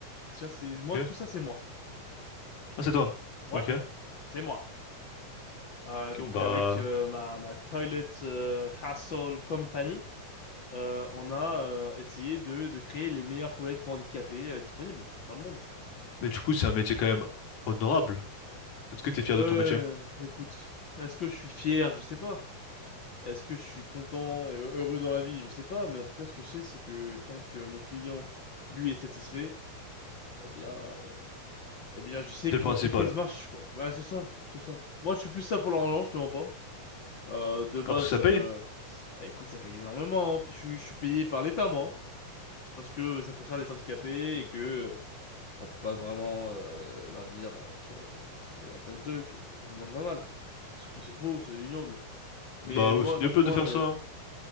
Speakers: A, on the left; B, on the left.
A: Ça, c'est moi,
B: Ok.
A: tout ça, c'est moi.
B: Ah c'est toi.
A: Ouais,
B: Ok. Ok,
A: c'est moi. Euh, donc,
B: Bah.
A: avec euh, ma, ma Toilet euh, Hassle Company, euh, on a euh, essayé de, de créer les meilleures toilettes pour handicapés euh, disponibles dans le monde.
B: Mais du coup c'est un métier quand même honorable. Est-ce que t'es fier
A: Euh,
B: de ton métier?
A: écoute, est-ce que je suis fier? Je sais pas. Est-ce que je suis content, euh, heureux dans la vie? Je sais pas, mais en tout cas, ce que je sais, c'est que tant que mon client, lui, est satisfait, eh bien, euh, eh bien, je sais
B: C'est
A: que
B: le principal.
A: l'entreprise marche, quoi. Voilà, c'est ça, c'est ça. Moi, je suis plus ça pour l'argent, je te mens pas. Euh, de base,
B: Ah parce que ça
A: euh,
B: paye?
A: eh, écoute, ça paye énormément. hein. Je suis, je suis payé par l'État, moi, hein, parce que ça concerne les handicapés et que euh, on peut pas vraiment euh, leur dire, euh, tu vois, que c'est à cause d'eux que le monde va mal. C'est c'est faux, c'est ignoble. Mais
B: Bah
A: moi,
B: oui, c'est ignoble
A: donc moi,
B: de faire
A: je,
B: ça.